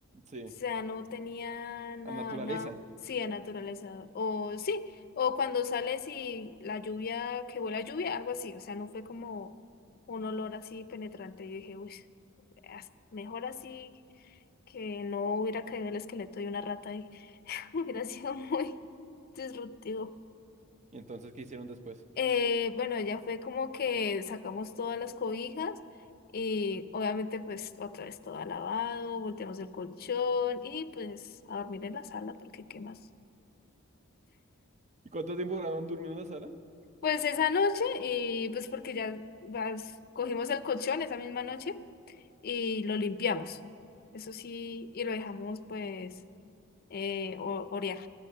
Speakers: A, on the right (about 35°); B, on the left (about 45°).
A: Sí,
B: sea, no tenía nada,
A: a naturaleza.
B: nada, sí, a naturaleza, o sí, o cuando sales y la lluvia, que huele a lluvia, algo así, o sea, no fue como un olor así penetrante, yo dije, uy, as- mejor así que no hubiera caído el esqueleto de una rata ahí. <laughs> Hubiera sido muy disruptivo.
A: ¿Y entonces qué hicieron después?
B: Eh, bueno, ya fue como que sacamos todas las cobijas y obviamente pues otra vez todo lavado, volteamos el colchón y pues a dormir en la sala porque qué más.
A: ¿Y cuánto tiempo duraron durmiendo en la sala?
B: Pues esa noche y pues porque ya vas- cogimos el colchón esa misma noche y lo limpiamos. Eso sí, y lo dejamos pues eh, o- orear.